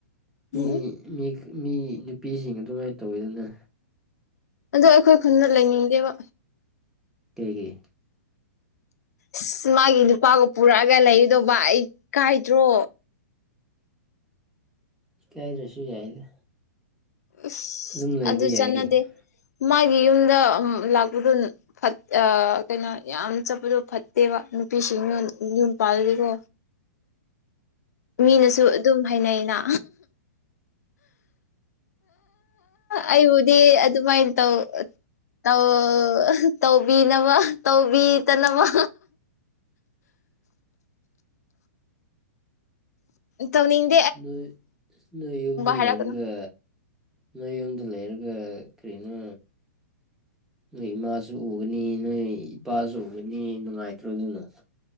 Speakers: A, in the centre; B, on the left.
A: ꯃꯤ
B: ꯎꯝ
A: ꯃꯤ ꯃꯤ ꯅꯨꯄꯤꯁꯤꯡ ꯑꯗꯨꯃꯥꯏꯅ ꯇꯧꯋꯤꯗꯅ
B: ꯑꯗꯣ ꯑꯩꯈꯣꯏ ꯈꯨꯟꯗ ꯂꯩꯅꯤꯡꯗꯦꯕ
A: ꯀꯩꯒꯤ
B: ꯑꯁ ꯃꯥꯒꯤ ꯅꯨꯄꯥꯒ ꯄꯨꯔꯛꯑꯒ ꯂꯩꯒꯗꯧꯕ ꯑꯩ ꯏꯀꯥꯏꯗ꯭ꯔꯣ
A: ꯏꯀꯥꯏꯗ꯭ꯔꯁꯨ ꯌꯥꯏꯗ
B: ꯏꯁ
A: ꯑꯗꯨꯝ ꯂꯩꯕ
B: ꯑꯗꯨ
A: ꯌꯥꯏ
B: ꯆꯠꯅꯗꯦ
A: ꯀꯩꯅꯣ
B: ꯃꯥꯒꯤ ꯌꯨꯝꯗ ꯑꯝ ꯂꯥꯛꯄꯗꯣ ꯑꯝ ꯑꯥ ꯀꯩꯅꯣ ꯌꯥꯝ ꯆꯠꯄꯗꯣ ꯐꯠꯇꯦꯕ ꯅꯨꯄꯤꯁꯤꯡꯅ ꯌꯨꯝ ꯄꯥꯜꯂꯗꯤꯀꯣ ꯃꯤꯅꯁꯨ ꯑꯗꯨꯝ ꯍꯥꯏꯅꯩꯅ ꯑꯩꯕꯨꯗꯤ ꯑꯗꯨꯃꯥꯏ ꯇꯧ ꯇꯧ ꯇꯧꯕꯤꯅꯕ ꯇꯧꯕꯤꯗꯅꯕ ꯇꯧꯅꯤꯡ
A: ꯅꯣꯏ ꯅꯣꯏ ꯌꯨꯝꯗ
B: ꯍꯥꯏꯔꯛꯀꯅꯨ
A: ꯂꯩꯔꯒ ꯅꯣꯏ ꯌꯨꯝꯗ ꯂꯩꯔꯒ ꯀꯔꯤꯅꯣ ꯅꯣꯏ ꯏꯃꯥꯁꯨ ꯎꯒꯅꯤ ꯅꯣꯏ ꯏꯄꯥꯁꯨ ꯎꯒꯅꯤ ꯅꯨꯡꯉꯥꯏꯇ꯭ꯔꯣ ꯑꯗꯨꯅ <unintelligible>